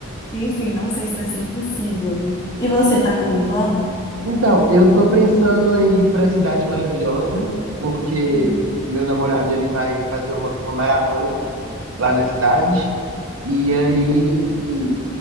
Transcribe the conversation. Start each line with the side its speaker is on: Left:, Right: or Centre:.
Left: Enfim, não sei se vai ser possível. E você, tá com algum plano?
Right: Então, eu tô pensando em aí pra Cidade Maravilhosa, porque
Left: Hum,
Right: meu namorado ele vai fazer uma, uma maratona lá na cidade. E aí